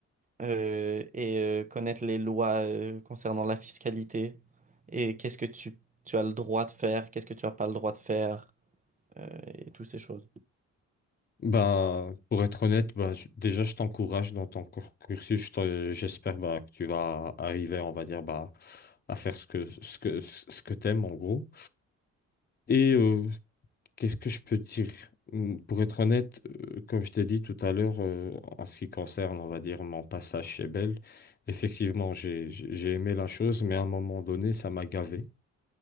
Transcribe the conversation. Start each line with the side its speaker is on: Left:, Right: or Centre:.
Right: Euh, et euh, connaître les lois euh, concernant la fiscalité et qu'est-ce que tu, tu as le droit de faire, qu'est-ce que tu n'as pas le droit de faire. euh, et toutes ces choses.
Left: Bah, pour être honnête, bah, je- déjà, je t'encourage dans ton cur- cursus. Je t'en- J'espère bah, que tu vas arriver, on va dire, bah, à faire ce que, ce que, ce que t'aimes, en gros. Et euh, qu'est-ce que je peux dire? Hum, Pour être honnête, euh, comme je t'ai dit tout à l'heure, euh, en ce qui concerne, on va dire, mon passage chez Bell, effectivement, j'ai, j'ai j'ai aimé la chose, mais à un moment donné, ça m'a gavé.